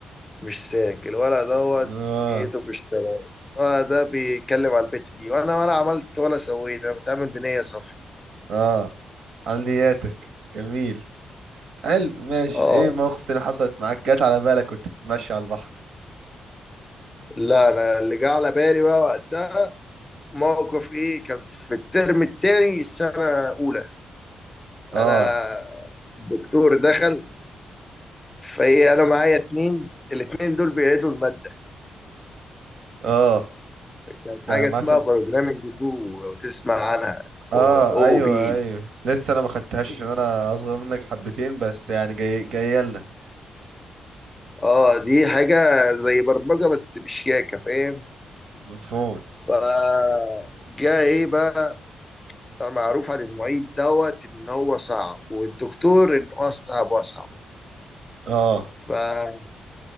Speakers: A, on the left; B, on the right.
A: مش ساك الولد دوت
B: اه
A: نيته مش تمام اه ده بيتكلم على البت دي وانا ولا عملت ولا سويت انا بتعامل بنية صافية
B: اه عملياتك جميل حلو ماشي
A: اه
B: ايه موقف تاني حصلت معاك جت على بالك وانت بتتمشي على البحر
A: لا انا اللي جه على بالي بقى وقتها موقف ايه كان في الترم التاني السنة الاولى
B: اه
A: انا الدكتور دخل فايه انا معايا اتنين الاتنين دول بيعيدوا المادة
B: اه
A: كانت حاجة
B: ده مثلا
A: اسمها بروجرامينج 2 لو تسمع عنها
B: اه
A: او
B: ايوه
A: بي
B: ايوه لسه انا ما خدتهاش عشان انا اصغر منك حبتين بس يعني جاي جايه لنا
A: اه دي حاجة زي برمجة بس بشياكة فاهم
B: مفهوم
A: فجاء ايه بقى معروف عن المعيد دوت ان هو صعب والدكتور ان هو صعب واصعب
B: اه
A: فكان